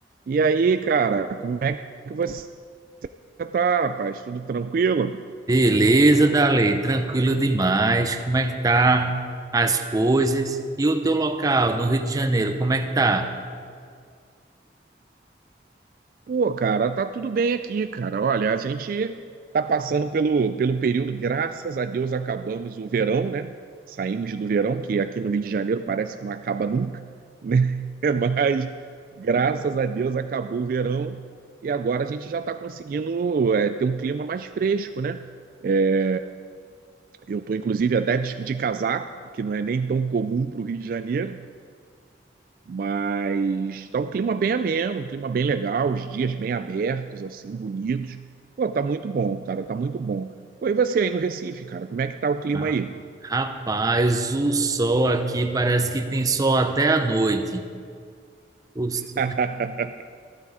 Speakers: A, on the right; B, on the right.
A: E aí, cara, como é que você tá, rapaz? Tudo tranquilo?
B: Beleza, Dalei, tranquilo demais. Como é que tá as coisas? E o teu local no Rio de Janeiro, como é que tá?
A: Pô, cara, tá tudo bem aqui, cara. Olha, a gente tá passando pelo, pelo período, graças a Deus acabamos o verão, né? Saímos do verão, que aqui no Rio de Janeiro parece que não acaba nunca, né? <laughs> Mas graças a Deus acabou o verão e agora a gente já tá conseguindo é, ter um clima mais fresco, né? Eh, Eu tô inclusive até de de casaco, que não é nem tão comum para o Rio de Janeiro. Mas tá um clima bem ameno, um clima bem legal, os dias bem abertos, assim, bonitos. Pô, tá muito bom, cara, tá muito bom. Pô, e você aí no Recife, cara, como é que tá o clima
B: Ah,
A: aí?
B: rapaz, o sol aqui parece que tem sol até à noite. O sol
A: <laughs>